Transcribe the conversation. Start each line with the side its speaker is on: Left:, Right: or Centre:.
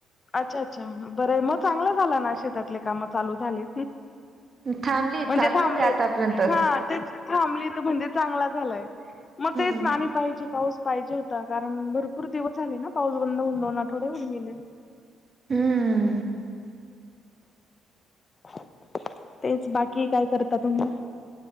Left: अच्छा अच्छा हा बरं आहे, म चांगलं झालं ना शेतातली काम चालू झाली.
Right: थांबली
Left: म्हणजे
Right: चालू
Left: थांबलेत
Right: होते आतापर्यंत
Left: हा तेच थांबलीत म्हणजे चांगला झालाय.
Right: हम्म
Left: म तेच ना आणि पाहिजे पाऊस पाहिजे होता कारण भरपूर दिवस झाले ना पाऊस बंद होऊन दोन आठवडे होऊन गेले.
Right: हम्म.
Left: तेच बाकी काय करता तुम्ही?